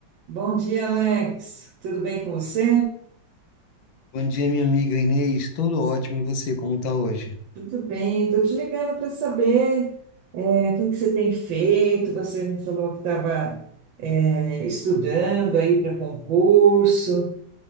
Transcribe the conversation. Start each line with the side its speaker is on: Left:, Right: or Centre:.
Right: Bom dia, Alex. Tudo bem com você?
Left: Bom dia, minha amiga Inês. Tudo ótimo e você, como tá hoje?
Right: Tudo bem. Estou te ligando para saber é, o que que você tem feito. Você me falou que estava estudando aí para concurso.